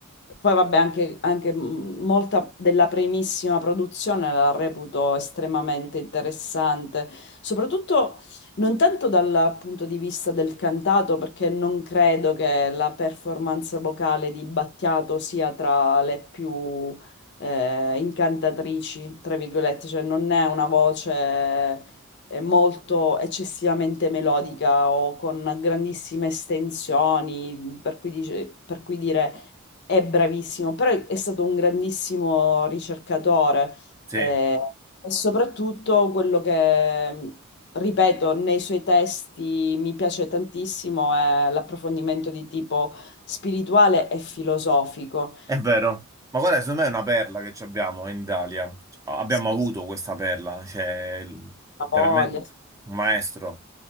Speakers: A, on the left; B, on the right.
A: poi vabbè, anche, anche mh, molta della primissima produzione la reputo estremamente interessante, soprattutto non tanto dal punto di vista del cantato, perché non credo che la performance vocale di Battiato sia tra le più eh, incantatrici, tra virgolette, cioè non è una voce eh, molto eccessivamente melodica o con grandissime estensioni, per cui, dice- per cui dire è bravissimo, però è stato un grandissimo ricercatore
B: Sì.
A: eh, e soprattutto quello che... Ripeto, nei suoi testi mi piace tantissimo è l'approfondimento di tipo spirituale e filosofico.
B: È vero, ma guarda, secondo me è una perla che ci abbiamo in Italia. Cioè, Abbiamo
A: Sì,
B: avuto
A: sì,
B: questa perla, cioè il-
A: La
B: veramente
A: voglia,
B: un maestro.